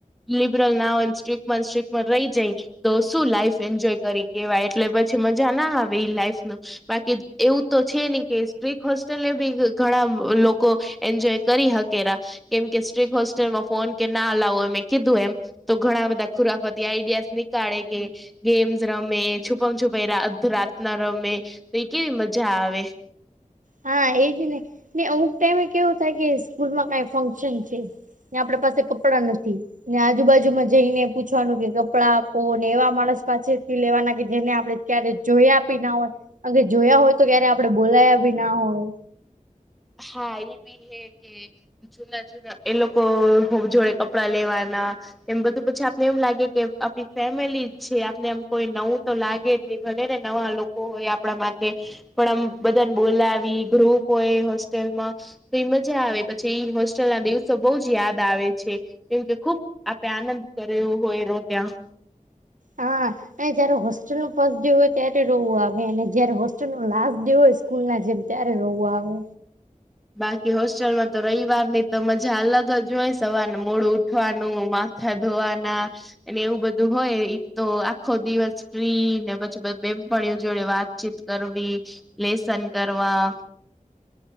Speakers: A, in the centre; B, on the right (about 70°).
A: લિબરલ ના, સ્ટ્રિક્ટમાં સ્ટ્રિક્ટ રહે જાય. તો શું લાઈફ એન્જોય કરી કહેવાય? એટલે પછી મજા ના આવે એ લાઈફ ના. બાકી એવું તો છે ને, કે સ્ટ્રિક્ટ હોસ્ટેલને બી ઘણા લોકો. એન્જોય કરી શકે ને, કેમ કે સ્ટ્રિક્ટ હોસ્ટેલમાં ફોન કે ના લાવો, અમે કીધું એમ. તો ઘણા બધા ખુરાફાતી આઈડિયાઝ નીકળે કે ગેમ્સ રમે, છુપમ છુપાઈ. રાતના રમે તો, એ કેવી મજા આવે.
B: હા, એ જ ને, અમુક ટાઈમે કેવું થાય કે, સ્કૂલમાં કંઈ ફંક્શન છે. હા, આપણી પાસે કપડાં નથી. ને આજુબાજુમાં જઈને પૂછવાનું કે, કપડાં આપો ને, એવા માણસ પાસેથી લેવાના કે જેને આપણે ક્યારે જોયા પણ ના હોય, અને જોયા હોય તો, ક્યારે આપણે બોલ્યા પણ ના હોય.
A: હા, એ પણ છે કે, જૂના-જૂના એ લોકો જોડેથી કપડાં લેવાના. એમ બધું પછી આપણને એમ લાગે કે, આપણી ફેમિલી છે, આપણને એમ કોઈ નવું તો લાગે જ નહીં. ભલે ને નવા લોકો હોય, આપણા માટે પણ આમ બધાને બોલાવી ગ્રુપ હોય. હોસ્ટેલમાં તો મજા આવે, પછી હોસ્ટેલના દિવસો બહુ યાદ આવે છે. કેમ કે ખૂબ આનંદ કર્યો હોય, ત્યાં.
B: હા, જ્યારે હોસ્ટેલનો ફર્સ્ટ ડે હોય, ત્યારે રડવું આવે, અને જ્યારે હોસ્ટેલનો લાસ્ટ ડે હોય. સ્કૂલના જેમ ત્યારે રડવું આવે.
A: બાકી હોસ્ટેલમાં તો રવિવારની તો મજા અલગ જ હોય, સવારે મોડું ઊઠવાનું. થવાનું. અને એવું બધું હોય, એ તો આખો દિવસ ફ્રી ને પછી બધી બહેનપણીઓ જોડે વાત. ચિટચેટ કરવી, લેસન કરવા.